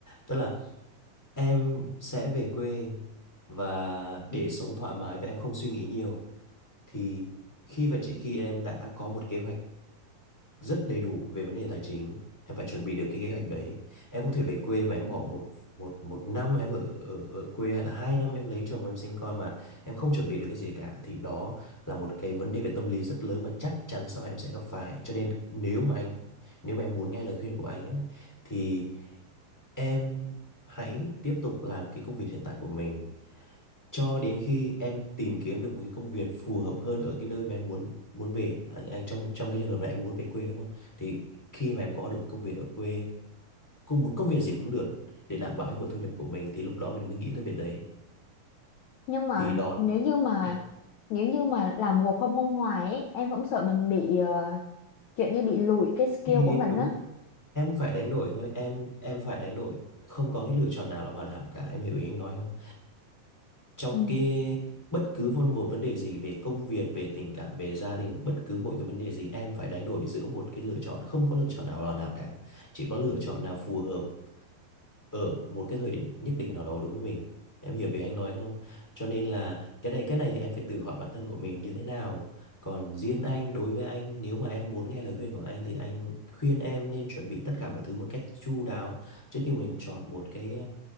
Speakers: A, in the centre; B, on the left.
A: Tức là em sẽ về quê và để sống thoải mái và em không suy nghĩ nhiều thì khi và chỉ khi em đã có một kế hoạch rất đầy đủ về vấn đề tài chính em phải chuẩn bị được cái kế hoạch đấy em không thể về quê và em bỏ một một một năm em ở, ở ở quê hay là hai năm em lấy chồng em sinh con mà em không chuẩn bị được cái gì cả thì đó là một cái vấn đề về tâm lý rất lớn mà chắc chắn sau này em sẽ gặp phải cho nên nếu mà anh nếu mà em muốn nghe lời khuyên của anh ấy thì em hãy tiếp tục làm cái công việc hiện tại của mình cho đến khi em tìm kiếm được một cái công việc phù hợp hơn ở cái nơi mà em muốn muốn về à, anh, anh trong trong cái trường hợp này em muốn về quê đúng không thì khi mà em có được công việc ở quê cùng một công việc gì cũng được để đảm bảo cái nguồn thu nhập của mình thì lúc đó mình mới nghĩ tới việc đấy
B: nhưng mà
A: thì đó là
B: nếu
A: một
B: như mà
A: cái
B: nếu như mà làm work from home hoài ấy, em cũng sợ mình bị ờ, kiểu như bị lùi cái skill
A: khi-
B: của mình
A: đúng
B: á
A: em phải đánh đổi thôi em em phải đánh đổi không có cái lựa chọn nào là hoàn hảo cả em hiểu ý anh nói không trong
B: ừ.
A: cái bất cứ một, một vấn đề gì về công việc về tình cảm về gia đình bất cứ một cái vấn đề gì em phải đánh đổi giữa một cái lựa chọn không có lựa chọn nào là nào cả chỉ có lựa chọn nào phù hợp ở một cái thời điểm nhất định nào đó đối với mình em hiểu về anh nói không cho nên là cái này cái này thì em phải tự hỏi bản thân của mình như thế nào còn riêng anh đối với anh nếu mà em muốn nghe lời khuyên của anh thì anh khuyên em nên chuẩn bị tất cả mọi thứ một cách chu đáo trước khi mình chọn một cái